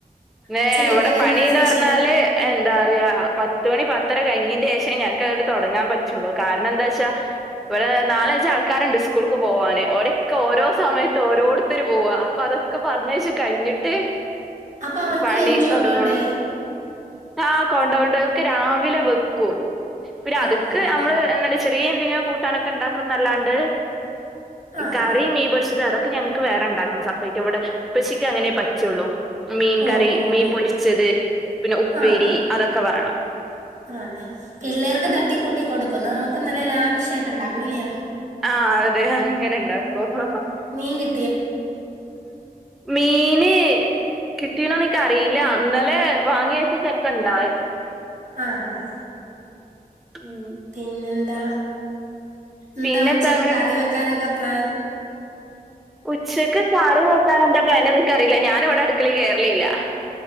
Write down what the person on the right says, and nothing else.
ഉച്ചക്കത്തേക്ക്
എന്താ സ്പെഷ്യല്
അപ്പൊ അവർക്ക്
ലഞ്ച് കൊണ്ടോണ്ടേ
ആഹ് ആഹ്
ആഹ് ആഹ്
ആഹ് ഓഹ്
ഓഹ്
ഓഹ്
ആഹ് ആഹ് ആഹ്
ആഹ് അതെ. പിള്ളേർക്ക്
തട്ടിക്കൂട്ടി കൊടുക്കും നമ്മുക്ക് നല്ല ലാവിശ്ശായിട്ടുണ്ടാക്കും ഇല്ലയോ.
മീൻ കി
ആഹ് ഹാ ഹാ.
പിന്നെന്താ എന്താ
ഉച്ചക്ക്
കറി
വെ ക്കാനൊക്കെ പ്ലാൻ.